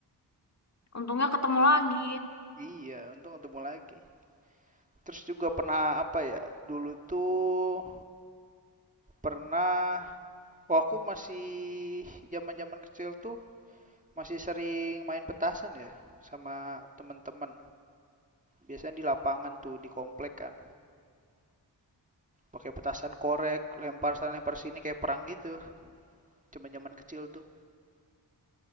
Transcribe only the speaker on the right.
iya untung ketemu lagi terus juga pernah apa ya dulu tuh pernah oh aku masih zaman-zaman kecil tuh masih sering main petasan ya sama temen-temen biasanya di lapangan tuh di komplek kan pakai petasan korek lempar sana lempar sini kayak perang gitu zaman-zaman kecil tuh